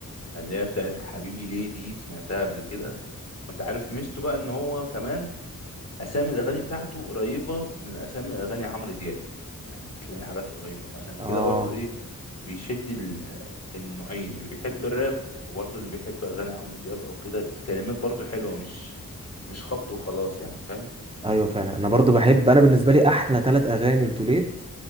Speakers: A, on the left; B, on the right.
A: اللي هي بتاعت حبيبي ليه دي سمعتها قبل كده وانت عارف ميزته بقى ان هو كمان اسامي الاغاني بتاعته قريبه من اسامي اغاني عمرو دياب يعني هتلاقي حاجات قريبه فعشان كده
B: اه
A: برضو ايه بيشد ال- النوعين اللي بيحب الراب وبرضو اللي بيحب اغاني عمرو دياب او كده الكلمات برضو حلوه مش مش خبط وخلاص يعني فاهم
B: ايوه فعلا انا برضو بحب انا بالنسبه لي احلى ثلاث اغاني لتوليت